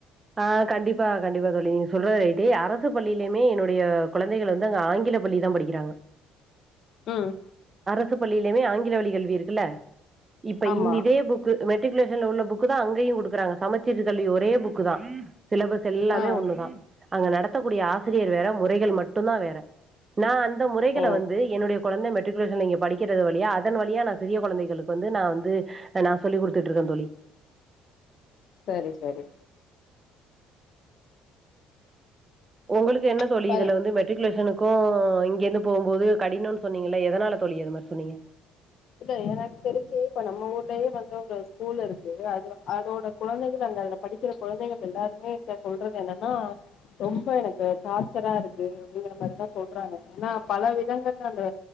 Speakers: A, on the right (about 25°); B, on the left (about 55°).
A: ஆஹ கண்டிப்பா கண்டிப்பா தோழி நீங்க சொல்றது ரைட்டு அரசு பள்ளியிலயுமே என்னுடைய கொழந்தைகள் வந்து அங்க ஆங்கில பள்ளிதா படிக்கிறாங்க
B: உம்
A: அரசு பள்ளியிலுமே ஆங்கில வழி கல்வி இருக்குல்ல இப்ப
B: ஆமா
A: இந் இதே புக்கு மெட் மெட்ரிகுலேஷன்ல உள்ள புக்கு தா அங்கயு குடுக்குறாங்க சமைச்சீர் கல்வி ஒரே புக் குதா சிலபஸ் எல்லாமே
B: ஆ
A: ஒண்ணுதா அங்க நடத் நடத்த கூடிய ஆசிரியர் வேற முறைகள் மட்டுந்தா வேற நா அந் த முறைகள
B: ஓ
A: வந்து என்னுடைய கொழந்த மெட்ரிகுலேஷன்ல இங்க படிக்கிறது வழியா அதன் வழியா நா சிறிய கொழந்தைங்களுக்கு வந்து நா வந்து நா சொல்லி் கொடுத்துட்டு இருக்கேன் தோழி
B: செரி செரி
A: உங்களுக் என்ன தோழி
B: இப்ப
A: இதுல வந்து மெட்ரிக்குலேஷனுக்கும் இங்கிருந்து போகும்போது கடினம் சொன்னீங்கல்ல எதனால தோழி அது மாரி சொன்னீங்க
B: இல்ல எனக்கு தெரிஞ்சு இப்ப நம்ம ஊர்லயே வந்து ஒரு ஸ்கூல் இருக்கு அது அதோட குழந்தைகள் அங்க அதுல படிக்கிற குழந்தைகள் எல்லாருமே கே சொல்றது என்னன்னா ரொம்ப எனக்கு டார்ச்சரா இருக்கு அப்படிங்கிற மாரிதான் சொல்றாங்க ஏன்னா பல விதங்கள்ல அந்த